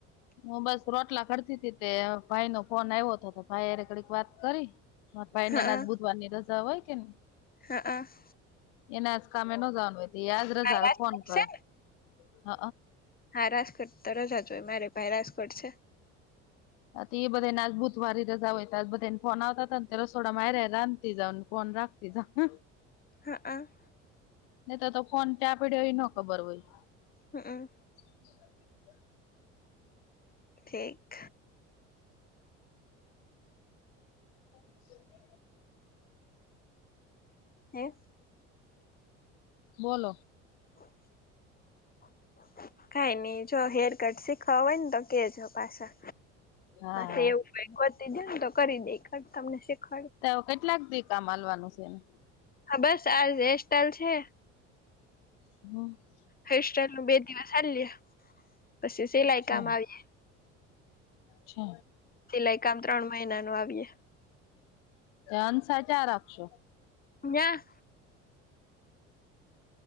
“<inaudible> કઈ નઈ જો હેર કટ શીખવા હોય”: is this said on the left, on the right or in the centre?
Left